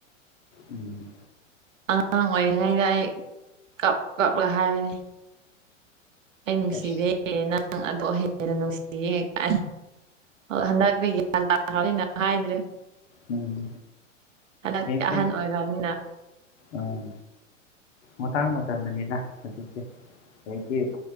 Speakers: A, on the left; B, on the right.
A: ꯎꯝ
B: ꯑꯉꯥꯡ ꯑꯣꯏꯔꯤꯉꯩꯗ ꯑꯩ ꯀꯞ ꯀꯞꯂꯒ ꯍꯥꯏꯕꯅꯤ ꯑꯩ ꯅꯨꯡꯁꯤꯗꯦ
A: ꯑꯁ
B: ꯅꯪ ꯑꯗꯨ ꯍꯦꯟꯅ ꯅꯨꯡꯁꯤꯌꯦ ꯀꯥꯏꯅ ꯍꯟꯗꯛꯇꯤ ꯒ꯭ꯌꯥꯟ ꯇꯥꯈ꯭ꯔꯅꯤꯅ ꯍꯥꯏꯗ꯭ꯔꯦ
A: ꯎꯝ
B: ꯍꯟꯗꯛꯇꯤ
A: ꯐꯩ ꯐꯩ
B: ꯑꯍꯟ ꯑꯣꯏꯈ꯭ꯔꯕꯅꯤꯅ
A: ꯎꯝ ꯃꯇꯥꯡ ꯃꯇꯝꯅꯅꯤꯗ ꯍꯧꯖꯤꯛꯁꯦ ꯍꯧꯖꯤꯛꯇꯤ